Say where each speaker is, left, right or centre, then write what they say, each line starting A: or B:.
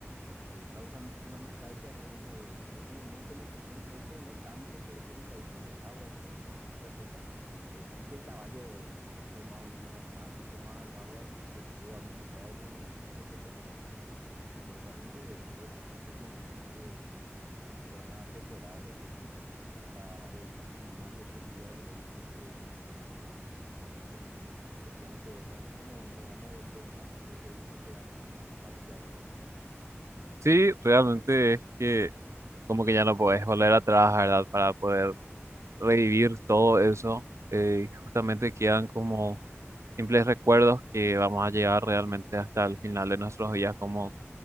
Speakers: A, on the right; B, on the right.
A: eh, causan muchísima nostalgia. Realmente en ese momento me asusté un poco, no tanto porque me caí sobre el agua, entonces no me pasó muchas cosas. Eh, sí que el caballo entró más o menos, más, entró más al agua, así que pudo haberme pisado, pero no me pisó por suerte. Eh, realmente creo que esos son momentos que se van a atesorar, eh, que hasta el final de tus días por ahí, porque son momentos muy especiales que realmente no, no van a volver más y creo que eso es lo que da más nostalgia, ¿verdad?
B: Sí, realmente es que como que ya no podés volver atrás, ¿verdad? Para poder revivir todo eso. eh, justamente quedan como simples recuerdos que vamos a llevar realmente hasta el final de nuestros días como